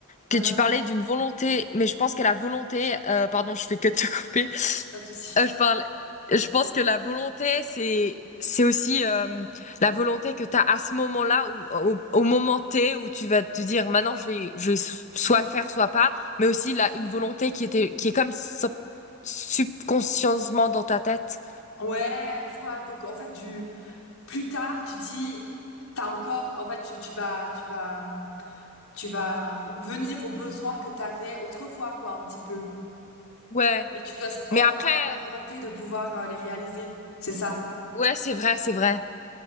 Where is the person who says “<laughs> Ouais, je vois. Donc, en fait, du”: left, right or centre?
Left